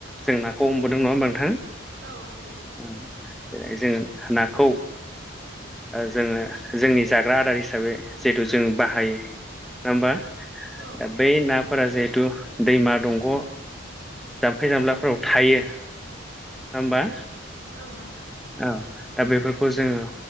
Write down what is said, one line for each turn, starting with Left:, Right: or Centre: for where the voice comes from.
Centre: जों नाखौ हमबोदों नङा होमबा नोंथां?
Right: औ नंगौ।
Centre: ओ जेरै जोङो नाखौ ओ जोङो जोंनि जाग्रा आदार हिसाबै जिहेथु जों बाहायो नङा
Right: औ
Centre: होमबा
Right: औ
Centre: दा बै नाफोरा जिहेथु दैमा दंग' जाम्फै जामलाफोराव थायो नङा होमबा?
Right: औ नोंथां।
Centre: औ दा बेफोरखौ जोङो